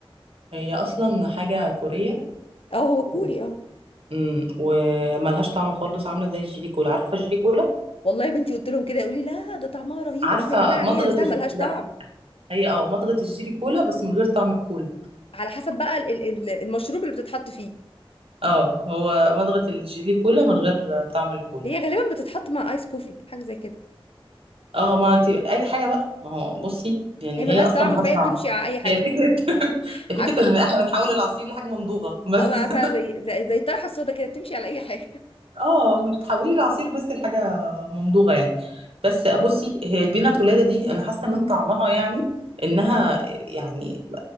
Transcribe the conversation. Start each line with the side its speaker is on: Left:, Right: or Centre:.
Right: هي اصلا حاجه كوريه
Left: اه هو
Right: و...
Left: كوري اه
Right: مم، وملهاش طعم خالص عامله زي الجيلي كولا عارفه الجيلي كولا
Left: والله يا بنتي قلت لهم كده يقولوا لي لا ده طعمها رهيب
Right: عارفه
Left: اقول يا جماعه
Right: مضغه
Left: هي نفسها
Right: الج...
Left: ملهاش
Right: لا
Left: طعم
Right: هي اه مضغه الجيلي كولا بس من غير طعم الكولا
Left: على حسب بقى ال- ال- ال- المشروب اللي بتتحط فيه
Right: اه هو مضغه الجيلي كولا من غير طعم الكولا
Left: هي غالبا بتتحط مع ايس كوفي حاجه زي كده
Right: اه ما انت اي حاجه بقى ما هو بصي يعني
Left: هي ملهاش
Right: هي اصلا
Left: طعم
Right: ملهاش
Left: فهي
Right: طعم
Left: بتمشي على اي حاجه
Right: هي فكره <laughs> هي
Left: عارفه
Right: فكره ان احنا بنحول العصير لحاجه ممضوغه بس
Left: اه انا
Right: <laughs>
Left: عارفه زي زي زي الطرحه السودا كده بتمشي على اي حاجه
Right: اه بتحولي العصير بس لحاجه ممضوغه يعني بس بصي هي البينا كولادا دي انا حاسه من طعمها يعني انها يعني